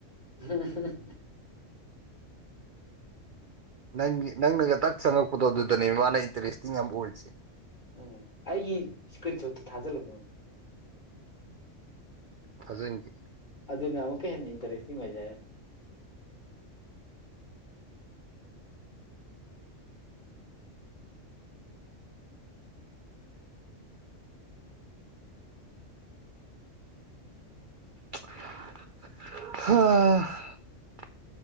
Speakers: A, on the left; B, on the right.
A: ꯑꯝꯍꯝꯍꯝꯍꯝ
B: ꯅꯪꯒꯤ ꯅꯪꯅꯒ ꯇꯛ ꯆꯪꯉꯛꯄꯗꯣ ꯑꯗꯨꯗꯅꯦ ꯃꯥꯅ ꯏꯟꯇꯔꯦꯁꯇꯤꯡ ꯌꯥꯝ ꯑꯣꯏꯔꯤꯁꯦ
A: ꯎꯝ ꯑꯩꯒꯤ ꯏꯁꯀ꯭ꯔꯤꯟ ꯁꯣꯠꯇꯨ ꯊꯥꯖꯜꯂꯨ ꯃꯣꯟꯗ
B: ꯊꯥꯖꯟꯒꯦ
A: ꯑꯗꯨꯅ ꯑꯃꯨꯛꯀ ꯍꯦꯟꯅ ꯏꯟꯇꯔꯦꯁꯇꯤꯡ ꯑꯣꯏꯖꯔꯅꯤ <inaudible>
B: ꯍꯥ